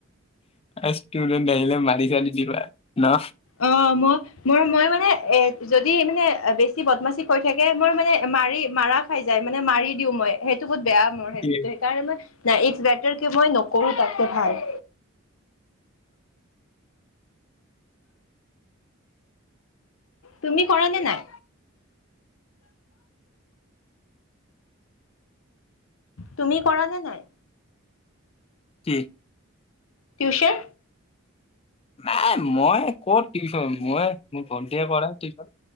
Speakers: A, on the left (about 25°); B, on the left (about 75°).
A: স্তূদেন্ট আহিলে মাৰি চাৰি দিবা ন।
B: অ', মই মোৰ মই মানে এ যদি মানে বেছি বদমাচি কৈ থাকে, মই মানে মাৰি মাৰা খাই যায় মানে মাৰি দিওঁ মই সেই বহুত বেয়া মোৰ হেবিটো
A: কি
B: সেইকাৰণ মই নাই ইটছ বেটাৰ কি মই নকৰো তাতে ভাল। তুমি কৰা নে নাই? তুমি কৰা নে নাই?
A: কি?
B: টিউশন।
A: নাই মই ক'ত টিউশচন মই মোৰ ভন্টিয়ীয়ে কৰে টিউশচন